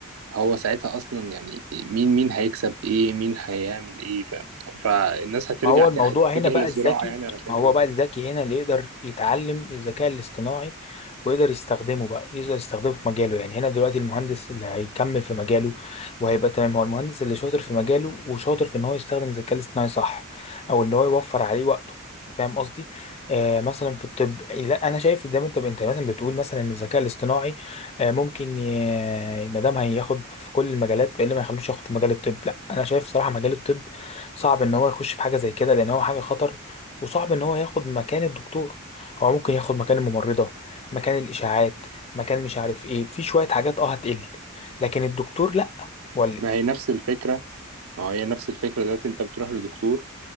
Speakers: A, on the right; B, on the left.
A: هو ساعتها اصلا يعني مين مين هيكسب ايه مين هيعمل ايه فاهم فالناس هترجع
B: ما هو
A: ت-
B: الموضوع
A: هتتجه
B: هنا بقى
A: للزراعه
B: الذكي
A: يعني ولا هتعمل
B: ما هو
A: ايه
B: بقى الذكي هنا اللي يقدر يتعلم الذكاء الاصطناعي ويقدر يستخدمه بقى يقدر يستخدمه في مجاله يعني هنا دلوقتي المهندس اللي هيكمل في مجاله وهيبقى تمام هو المهندس اللي شاطر في مجاله وشاطر في ان هو يستخدم الذكاء الاصطناعي صح او ان هو يوفر عليه وقته فاهم قصدي آه مثلا في الطب لا انا شايف زي ما انت انت مثلا بتقول مثلا ان الذكاء الاصطناعي آه ممكن ي- ما دام هياخد في كل المجالات فايه اللي ما يخلوش ياخد في مجال الطب لا انا شايف صراحة مجال الطب صعب ان هو يخش في حاجه زي كده لان هو حاجه خطر وصعب ان هو ياخد مكان الدكتور هو ممكن ياخد مكان الممرضه مكان الاشاعات مكان مش عارف ايه في شويه حاجات اه هتقل لكن الدكتور لا ولا
A: ما
B: يعني
A: هي نفس الفكره ما هو هي نفس الفكره دلوقتي انت بتروح لدكتور